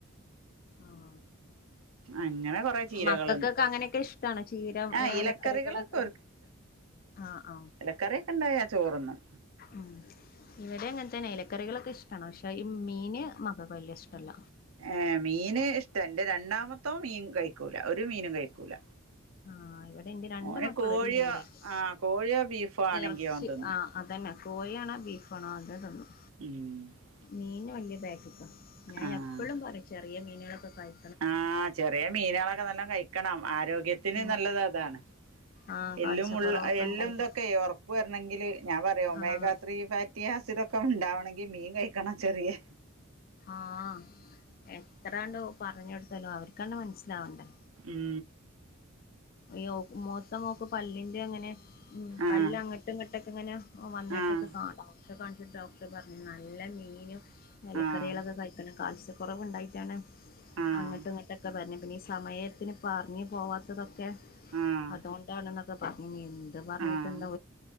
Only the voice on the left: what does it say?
ആഹ്
മക്കകൊക്കെ അങ്ങനെയൊക്കെ ഇഷ്ടാണ് ചീര
എലക്കറികളൊക്കെ ആഹ് ആഹ്
ഉം ഇവടെ അങ്ങനതത്തെ എലക്കറികളൊക്കെ ഇഷ്ടാണ് പക്ഷെ ഈ മീന് മകക്ക് വല്യ ഇഷ്ടല്ല
ആഹ് ഇവിടെ എന്റെ രണ്ട്
മക്കളും
ഒരു മീനും കഴിക്കും
ഇറച്ചി
ആഹ് അതന്നെ കോഴി ആണോ ബീഫാണോ അത് തിന്നും
മീന് വല്യയ ബാക്കിക്കാ ഞാൻ
എപ്പളും പറയും ചെറിയ മീനുകളൊക്കെ കഴി
ഉം
ആഹ് കാൽസ്യക്കുറവൊക്കെ
ഉണ്ടായിട്ട്
ആഹ്
ആഹ് എത്രാണ്ട് പറഞ്ഞ് കൊടുത്താലും അവർകാണ്ട് മനസ്സിലാവണ്ടേ
ഇയ്യോ മൂത്ത മോക്ക് പല്ലിന്റെ അങ്ങനെ ഉം പല്ലങ്ങട്
<unintelligible> ഇങ്ങനെ വന്നിട്ടൊക്കെ
കാണും പക്ഷെ കണ്ടിട്ട് ഡോക്ടറെ പറഞ്ഞു നല്ല മീനും ഇലക്കറികളൊക്കെ
കയിക്കണം കാൽസ്യ കൊറവ് ഇണ്ടായിറ്റാണ്
അങ്ങിട്ടും ഇങ്ങിട്ടൊക്കെ പറഞ്ഞ് പിന്നെ സമയത്തിന് പർഞ്ഞ് പോവാത്തതൊക്കെ
അതൊണ്ടാണെന്ന് ഒക്കെ പറഞ്ഞനി എന്ത് പറഞ്ഞിട്ടെന്താ